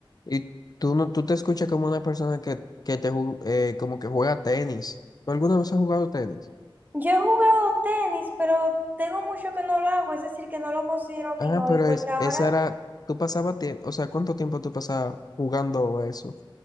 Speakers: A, on the left; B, on the right.
A: Y tú no, tú te escuchas como una persona que, que te ju- eh, como que juega tenis. ¿Tú alguna vez has jugado tenis?
B: yo he jugado tenis, pero tengo mucho que no lo hago, es decir, que no lo considero mi
A: Ah,
B: hobby,
A: pero
B: porque
A: es,
B: ahora,
A: esa era, tú pasabas tiempo, o sea, ¿cuánto tiempo tú pasabas jugando a eso?